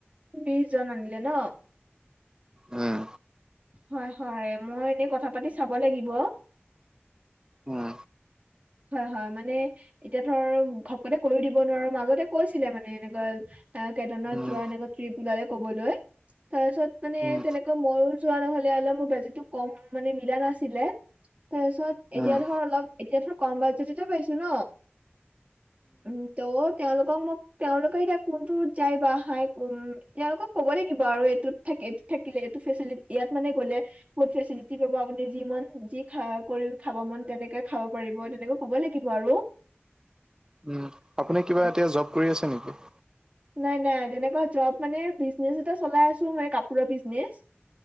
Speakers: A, on the right; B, on the right.
A: বিশজন আনিলে ন?
B: উম।
A: হয়, হয়, মই এনেই কথা পাতি চাব লাগিব।
B: উম।
A: হয়, হয়, মানে এতিয়া ধৰ ঘপকতে কৈওঁ দিব নোৱাৰো মাজতে কৈছিলে মানে এনেকুৱা আহ কেদাৰনাথ
B: উম,
A: যোৱা এনেকুৱা ট্ৰিপ ওলালে ক'বলৈ। তাৰপিছত মানে
B: উম,
A: তেনেকৈ মইয়ো যোৱা নহ'লে অলপ মোৰ বাজেটতো কম মানে মিলা নাছিলে। তাৰপিছত এতিয়া
B: উম,
A: ধৰ অলপ এতিয়া ধৰ কম বাজেটতে পাইছো ন। উম, ত' তেওঁলোকক মোক তেওঁলোকে এতিয়া কোনটো যায় বা হাই উম তেঁওলোকক ক'ব লাগিব আৰু এইটোত থাকি এইটোত থাকিলে এইটো ফেচিলি ইয়াত মানে গ'লে বহুত ফেচিলিটি পাব আপুনি যি মন যি খা কৰিও খাব মন তেনেকে খাব পাৰি মই তেনেকৈ ক'ব লাগিব আৰু।
B: উম, আপুনি কিবা
A: উম,
B: এতিয়া জব কৰি আছে নেকি?
A: নাই নাই তেনেকুৱা জব মানে বিজনেচ এটা চলাই আছো মই কাপোৰৰ বিজনেচ।